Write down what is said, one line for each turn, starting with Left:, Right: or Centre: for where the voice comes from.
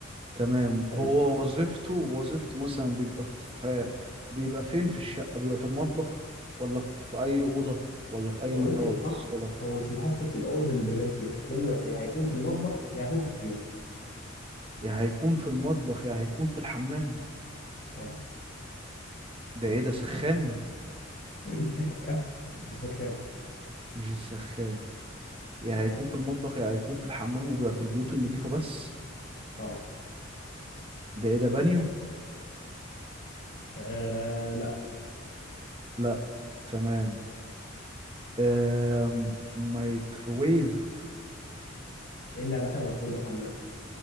Right: تمام
Left: حلو
Right: هو وظيفته وظيفته مثلا بيبقى في بيبقى فين في الشقة بيبقى في المطبخ ولا في في أي أوضة ولا في أي
Left: هو
Right: مكان
Left: ممكن
Right: ولا
Left: يتحط
Right: في الصالة
Left: هو مش بيتحط في الأوض اللي بننام فيها لكنه يك- يا هيكون في المطبخ يا هيكون في الحمام
Right: يا هيكون في المطبخ يا هيكون في الحمام
Left: اه
Right: ده إيه ده سخان
Left: <laughs> لا، مش السخان
Right: مش السخان يا
Left: لا
Right: هيكون في المطبخ يا هيكون في الحمام وبيبقى في البيوت النظيفة بس
Left: اه
Right: ده إيه ده بانيو
Left: آه، لا
Right: لا تمام أم... مايكرويف
Left: ايه اللي هدخل ميكرويف الحمام